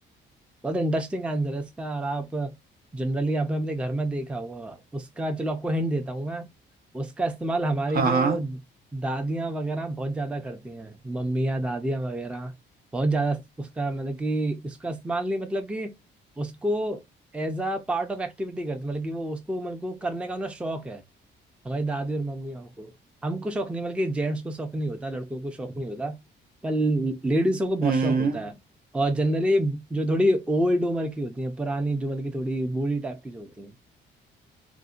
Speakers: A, in the centre; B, on the right.
A: बहुत इंटरेस्टिंग आंसर है इसका और आप जनरली आपने अपने घर में देखा हुआ उसका चलो आपको हिंट देता हूँ मैं उसका इस्तेमाल हमारी
B: हाँ
A: जो
B: हाँ
A: दादियाँ वगैरह बहुत ज्यादा करती हैं मम्मियाँ दादियाँ वगैरह बहुत ज्यादा उसका मतलब कि इसका इस्तेमाल नहीं मतलब कि उसको as a part of activity करती मतलब कि वो उसको मतलब कि वो करने का उन्हें शौक है हमारी दादी और मम्मी हमको हमको शौक नहीं बल्कि जेंट्स को शौक नहीं होता लड़कों को शौक नहीं होता पर लेडीजों को बहुत
B: हम्म
A: शौक होता है और जनरली जो थोड़ी ओल्ड उम्र की होती है पुरानी जो मतलब की थोड़ी बूढ़ी टाइप की जो होती है